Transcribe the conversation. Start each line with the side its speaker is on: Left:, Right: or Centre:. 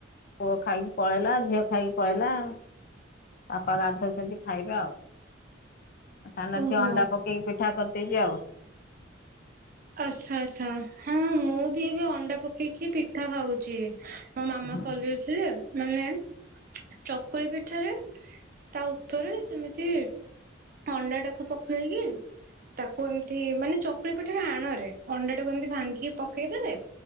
Left: ପୁଅ ଖାଇକି ପଳେଇଲା ଝିଅ ଖାଇକି ପଳେଇଲା। ବାପା ଗାଧୋଉଛନ୍ତି ଖାଇବେ ଆଉ। ସାନ
Right: ଓହୋ।
Left: ଝିଅ ଅଣ୍ଡା ପକେଇକି ପିଠା କରିଦେଇଚି ଆଉ।
Right: ଆଚ୍ଛା ଆଚ୍ଛା ହଁ ମୁଁ ବି ଏବେ ଅଣ୍ଡା ପକେଇକି ପିଠା ଖାଉଛି। ମୋ ମାମା
Left: ହଁ
Right: କଲେ ସିଏ ମାନେ ଚକୁଳି ପିଠାରେ ତା ଉପରେ ସେମିତି ଅଣ୍ଡା ଟାକୁ ପକେଇକି ତାକୁ ଏମିତି ମାନେ ଚକୁଳି ପି ଠାର ଆଣ ରେ ଅଣ୍ଡା ଟାକୁ ଏମିତି ଭାଙ୍ଗିକି ପକେଇଦେବେ।